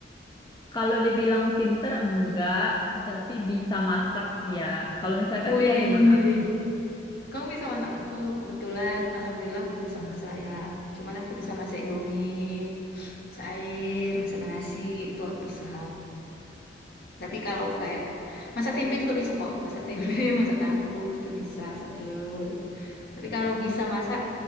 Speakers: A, on the left; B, on the left.
A: Kalau dibilang pinter enggak, tapi bisa masak iya. Kalau misalnya
B: Wih.
A: Kak Tia gimana?
B: Kamu bisa masak? Aku kebetulan alhamdulillah belum bisa masak ya. Cuman aku bisa masak Indomie, masak air, masak nasi, itu aku bisa. Tapi kalau kayak masak tempe juga bisa kok, masak tempe, <laughs> masak tahu itu bisa, masak telur. Tapi kalau bisa masak